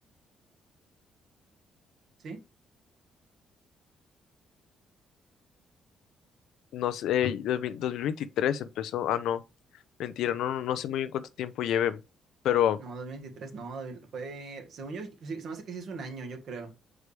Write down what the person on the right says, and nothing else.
¿sí?
No, 2023, no, fue, según yo, sí, se me hace que sí es un año, yo creo.